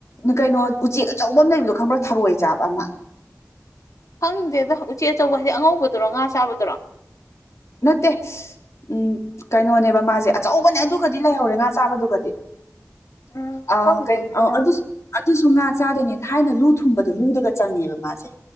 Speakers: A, on the left; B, on the left.
A: ꯀꯩꯅꯣ ꯎꯆꯦꯛ ꯑꯆꯧꯕ ꯑꯃ ꯂꯩꯕꯗꯣ ꯈꯪꯕ꯭ꯔꯥ ꯊꯔꯣꯏ ꯆꯥꯕ ꯑꯃ
B: ꯈꯪꯗꯦꯗ ꯎꯆꯦꯛ ꯑꯆꯧꯕ ꯍꯥꯏꯗꯤꯛ ꯑꯉꯧꯕꯗꯨꯔꯣ ꯉꯥ ꯆꯥꯕꯗꯨꯔꯣ
A: ꯅꯠꯇꯦ ꯎꯝ ꯀꯩꯅꯣꯅꯦꯕ ꯃꯥꯁꯦ ꯑꯆꯧꯕꯅꯦ ꯑꯗꯨꯒꯗꯤ ꯂꯩꯍꯧꯔꯦ ꯉꯥ ꯆꯥꯕꯗꯨꯒꯗꯤ
B: ꯎꯝ
A: ꯑ
B: ꯈꯪꯗꯦ
A: ꯀꯩꯅꯣ
B: ꯑꯗꯨꯗꯤ
A: ꯑ
B: ꯅꯪ
A: ꯑꯗꯨꯁꯨ ꯑꯗꯨꯁꯨ ꯉꯥ ꯆꯥꯗꯣꯏꯅꯦ ꯊꯥꯏꯅ ꯂꯨ ꯊꯨꯝꯕꯗꯣ ꯂꯨꯗꯒ ꯆꯪꯉꯦꯕ ꯃꯥꯁꯦ